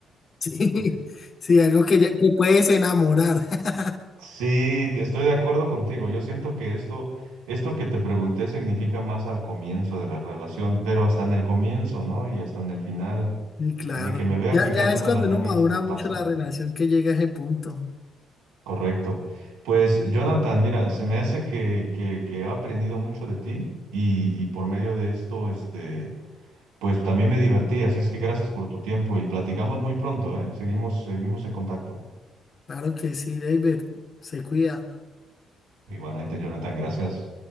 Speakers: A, on the left; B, on the right.
A: Sí,
B: <laughs>
A: sí, algo que ya que puedes enamorar. <laughs>
B: Sí, te- estoy de acuerdo contigo. Yo siento que esto, esto que te pregunté significa más al comienzo de la relación, pero hasta en el comienzo, ¿no? Y hasta en el final,
A: Sí, claro.
B: eh, de que me vea
A: Ya,
B: picándome
A: ya es cuando
B: la nariz,
A: uno madura
B: no
A: mucho
B: pasa.
A: la relación que llega a ese punto.
B: Correcto. Pues, Jonathan, mira, se me hace que, que, que he aprendido mucho de ti y, y por medio de esto, este, pues también me divertí. Así es que gracias por tu tiempo y platicamos muy pronto, ¿eh? Seguimos, seguimos en contacto.
A: Claro que sí, David, se cuida.
B: Igualmente, Jonathan, gracias.